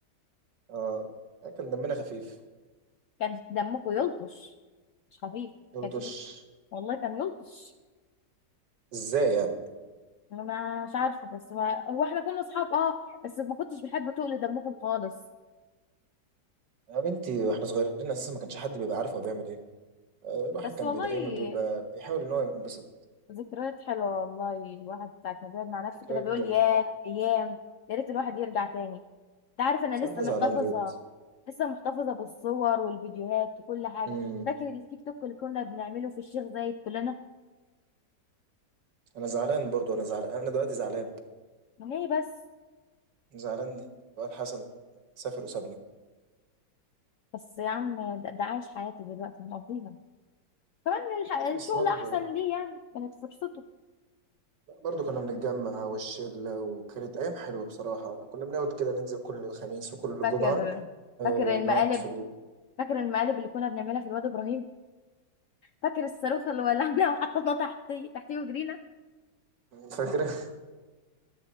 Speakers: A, on the right (about 85°); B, on the left (about 70°).
A: اه كان دمنا خفيف
B: كان دمكم يلطش مش خفيف
A: قلت
B: كان شفت
A: وش
B: والله كان يلطش
A: ازاي يعني
B: انا ما- مش عارفه بس ما... هو احنا كنا اصحاب اه بس ما كنتش بحب تقل دمكم خالص
A: يا بنتي واحنا صغيرين اساسا ما كانش حد بيبقى عارف هو بيعمل ايه آه، الواحد
B: بس
A: كان
B: والله
A: بي- دايما بيبقى بيحاول ان هو ينبسط
B: ذكريات حلوه والله الواحد ساعه ما بيقعد مع نفسه
A: ذكريات
B: كده بيقول
A: جميله
B: ياه ايام يا ريت الواحد يرجع تاني انت عارف انا
A: بس انا
B: لسه محتفظه
A: زعلان بجد
B: لسه محتفظه بالصور والفيديوهات وكل حاجه
A: امم
B: فاكر التيك توك اللي كنا بنعمله في الشيخ زايد كلنا
A: انا زعلان برضو انا زعلان انا دلوقتي زعلان
B: ليه بس
A: زعلان ان الواد حسن سافر وسابنا
B: بس يا عم ده, ده عايش حياتي دلوقتي مقضيها كمان الح- الشغل
A: بس برضه
B: احسن ليه يعني كانت فرصته
A: برضه كنا بنتجمع والشلة وكانت أيام حلوة بصراحة كنا بنقعد كده ننزل كل خميس وكل
B: فاكر
A: جمعة آه،
B: فاكر المقالب
A: نقعد في ال...
B: فاكر المقالب اللي كنا بنعملها في الواد ابراهيم فاكر الصاروخ اللي ولعنا <laughs> وحطيناه تحتيه تحتيه وجرينا
A: فاكرة؟